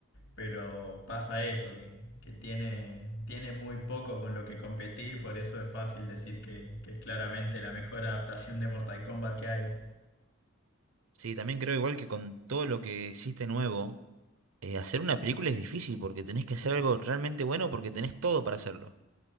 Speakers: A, on the left; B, on the right.
A: pero pasa eso, que, que tiene, tiene muy poco con lo que competir, por eso es fácil decir que, que es claramente la mejor adaptación de Mortal Kombat que hay.
B: Sí, también creo igual que con todo lo que existe nuevo, eh, hacer una película es difícil porque tenés que hacer algo realmente bueno porque tenés todo para hacerlo.